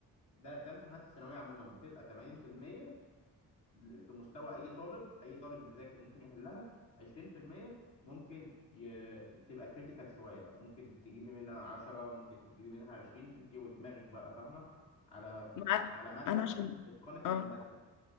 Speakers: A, on the left; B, on the left.
A: ده ده امتحانات الثانويه عموما بتبقى 80% في مستوى اي طالب اي طالب مذاكر ممكن يحلها 20% ممكن ي... تبقى كريتيكال شويه ممكن تجيبي منها 10 ممكن تجيبي منها 20 انت ودماغك بقى فاهمه على
B: مع
A: على مدى
B: انا عشان
A: اتقانك
B: اه
A: للماده